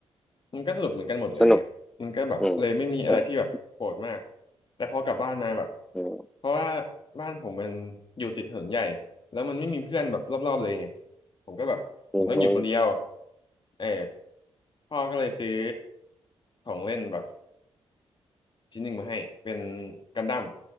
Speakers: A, on the left; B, in the centre.
A: มันก็สรุปเหมือนกันหมดอะไรเงี้ยมันก็แบบเลยไม่มีอะไรที่แบบโกรธมาก
B: สนุกอืมใช่
A: แต่พอกลับบ้านมาแบบ
B: อืม
A: เพราะว่าบ้านผมมันอยู่ติดถนนใหญ่ แล้วมันไม่มีเพื่อนแบบรอบๆเลยไงผมก็แบบเหมือนต้องอยู่คนเดียว
B: อืม
A: เออพ่อก็เลยซื้อของเล่นแบบชิ้นหนึ่งมาให้ เป็นกันดั้ม